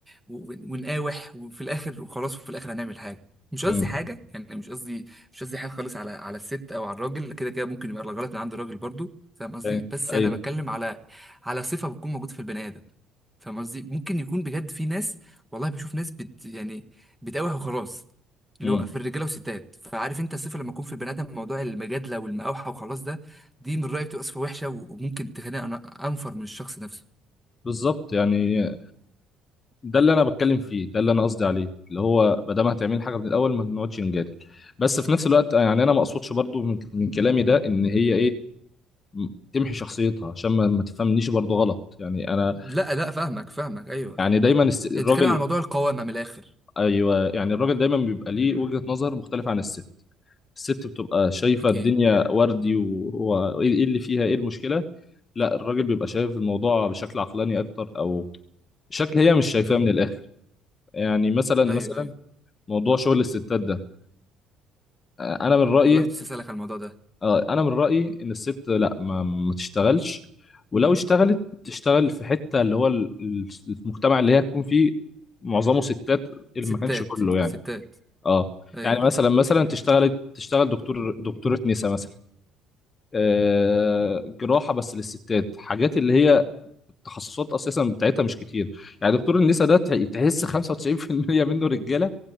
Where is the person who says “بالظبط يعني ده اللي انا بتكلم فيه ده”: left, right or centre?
Left